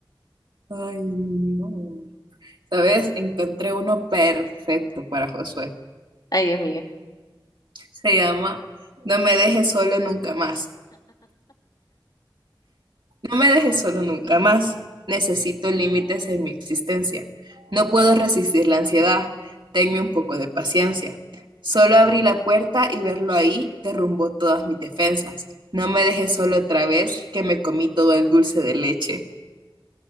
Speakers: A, on the right; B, on the left.
A: Ay, no. ¿Sabes? Encontré uno perfecto para Josué.
B: Ay, Dios mío.
A: Se llama No me dejes solo nunca más. No me dejes solo nunca más. Necesito límites en mi existencia. No puedo resistir la ansiedad. Tenme un poco de paciencia. Solo abrí la puerta y verlo ahí derrumbó todas mis defensas. No me dejes solo otra vez que me comí todo el dulce de leche.